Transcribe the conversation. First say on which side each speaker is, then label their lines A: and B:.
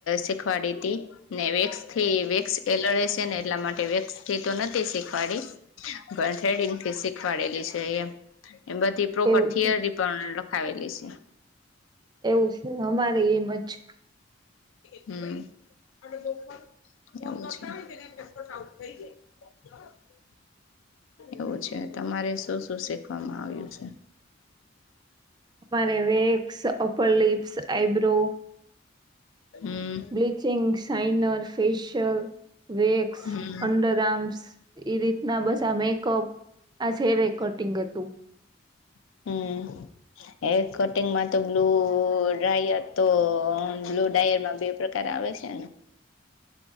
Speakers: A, on the left (about 80°); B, on the right (about 20°).
A: શીખવાડી તી ને વેક્સ થી વેક્સ એલડે છે ને એટલા માટે વેક્સ થી તો નથી શીખવાડી પણ થ્રેડિંગ થી શીખવાડેલી છે એમ બધી પ્રોપર
B: એવું
A: થીયર
B: છે
A: પણ લખાવેલી છે
B: એવું છે અમારે એમ જ છે
A: હમ <unintelligible> <inaudible> એવું છે તમારે શું શું શીખવામાં આવ્યું છે
B: અમારે વેક્સ અપર લિપ્સ આઈબ્રો
A: હમ
B: બ્લીચિંગ સાઇનર ફેશિયલ વેકસ
A: હમ
B: અંડર આમસ રી ના બસ આ મેકઅપ આ જેેવે કટિંગ હતું
A: હમ હેર કટિંગમાં તો બ્લુ ડાયર તો બ્લુ ડ્રાયરમાં બે પ્રકારારે આવે છે ને